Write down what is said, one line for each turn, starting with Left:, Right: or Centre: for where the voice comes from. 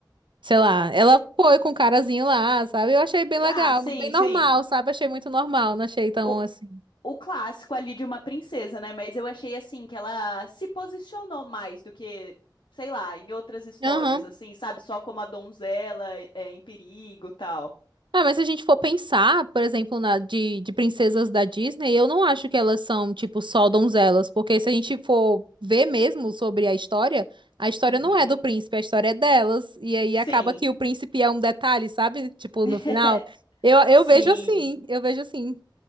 Right: sei lá, ela foi com o carazinho lá, sabe? Eu achei bem legal,
Left: Ah, sim,
Right: bem normal,
Left: sim.
Right: sabe? Achei muito normal, não achei tão
Left: O,
Right: assim.
Left: o clássico ali de uma princesa, né? Mas eu achei, assim, que ela se posicionou mais do que, sei lá, em outras histórias,
Right: Aham.
Left: assim, sabe? Só como a donzela é, é em perigo e tal.
Right: Ah, mas se a gente for pensar, por exemplo, na, de, de princesas da Disney, eu não acho que elas são, tipo, só donzelas, porque se a gente for ver mesmo sobre a história, a história
Left: Uhum.
Right: não é do príncipe, a história é delas, e aí
Left: Sim.
Right: acaba que o príncipe é um detalhe, sabe? Tipo,
Left: <laughs>
Right: no final. Eu, eu
Left: Sim.
Right: vejo assim, eu vejo assim.